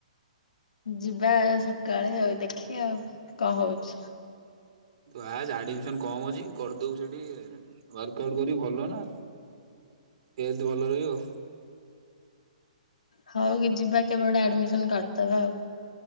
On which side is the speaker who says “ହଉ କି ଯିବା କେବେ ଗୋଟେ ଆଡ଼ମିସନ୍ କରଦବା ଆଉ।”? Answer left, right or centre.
Left